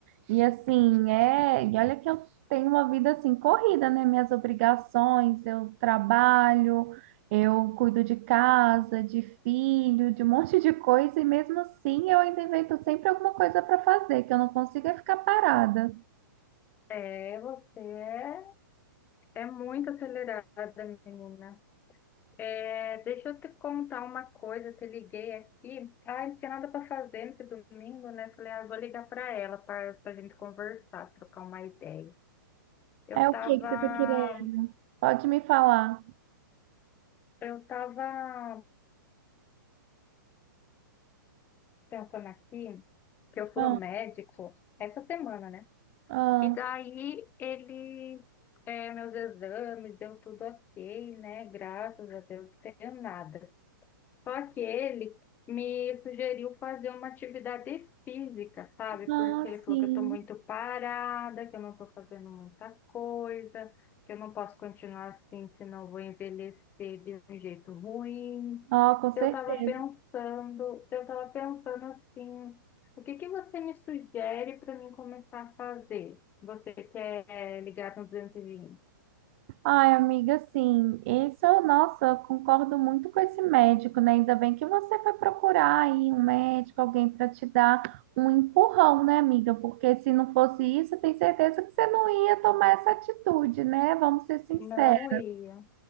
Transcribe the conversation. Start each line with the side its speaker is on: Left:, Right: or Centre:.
Right: E assim, é, e olha que eu tenho uma vida assim corrida, né? Minhas obrigações, eu trabalho, eu cuido de casa, de filho, de um monte de coisa, e mesmo assim eu ainda invento sempre alguma coisa para fazer, que eu não consigo é ficar parada.
Left: É, você é, é muito acelerada, menina. É, deixa eu te contar uma coisa, eu te liguei aqui. Ah, não tinha nada para fazer nesse domingo, né? Falei, ah, vou ligar para ela para a gente conversar, trocar uma ideia. Eu
Right: É
Left: tava
Right: o que que você tá querendo? Pode me falar.
Left: Eu estava pensando aqui que eu fui
Right: Ah,
Left: ao médico essa semana, né?
Right: ah.
Left: E daí ele, é, meus exames, deu tudo ok, né? Graças a Deus, não tenho nada. Só que ele me sugeriu fazer uma atividade física, sabe? Porque
Right: Ah,
Left: ele falou
Right: sim.
Left: que eu estou muito parada, que eu não estou fazendo muita coisa, que eu não posso continuar assim, senão eu vou envelhecer de um jeito ruim.
Right: Ah, com certeza.
Left: Eu estava pensando, eu estava pensando assim, o que que você me sugere para mim começar a fazer? Você quer ligar no 220?
Right: Ai, amiga, sim. Isso, nossa, eu concordo muito com esse médico, né? Ainda bem que você foi procurar aí um médico, alguém para te dar um empurrão, né, amiga? Porque se não fosse isso, eu tenho certeza que você não ia tomar essa atitude, né? Vamos ser sinceros.
Left: Não ia,